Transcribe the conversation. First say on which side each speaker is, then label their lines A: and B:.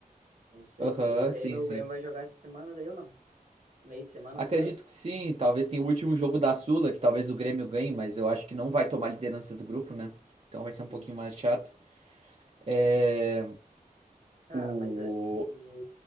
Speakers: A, on the right; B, on the right.
A: Não sei.
B: Aham,
A: E o Grêmio,
B: sim, sim.
A: o Grêmio vai jogar essa semana, daí eu não. Meio de semana,
B: Acredito
A: no caso.
B: que sim. Talvez tenha o último jogo da Sula, que talvez o Grêmio ganhe, mas eu acho que não vai tomar liderança do grupo, né? Então vai ser
A: Hum.
B: um pouquinho mais chato. É...
A: Cara,
B: O...
A: mas é, e